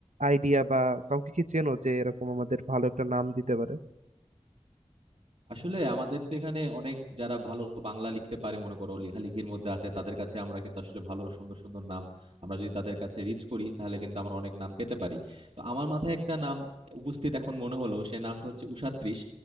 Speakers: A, on the right (about 85°); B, on the right (about 60°).
A: আইডিয়া বা কাউকে কি চেনো যে এরকম আমাদের ভালো একটা নাম দিতে পারে
B: আসলে আমাদের তো এখানে অনেক যারা ভালো বাংলা লিখতে পারে মনে করো লেখালেখির মধ্যে আছে তাদের কাছে আমরা কিন্তু আসলে ভালো সুন্দর সুন্দর নাম আমরা যদি তাদের কাছে রিচ করি তাহলে কিন্তু আমরা অনেক নাম পেতে পারি তো আমার মাথায় একটা নাম উপস্থিত এখন মনে হলো সে নামটা হচ্ছে উষাত্রিশ